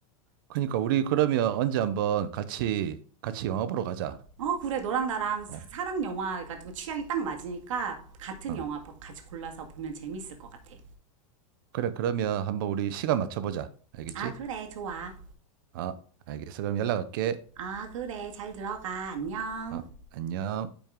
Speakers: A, on the right (about 35°); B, on the right (about 60°).
A: 그러니까 우리 그러면 언제 한번 같이, 같이 영화 보러 가자.
B: 어 그래 너랑 나랑 사-
A: 어,
B: 랑 영화 같은 거 취향이 딱 맞으니까 같은
A: 아,
B: 영화 같이 골라서 보면 재밌을 것 같아.
A: 그래. 그러면 한번 우리 시간 맞춰보자. 알겠지?
B: 아 그래 좋아.
A: 아, 알겠어. 그럼 연락할게.
B: 아 그래 잘 들어가 안녕.
A: 아, 안녕.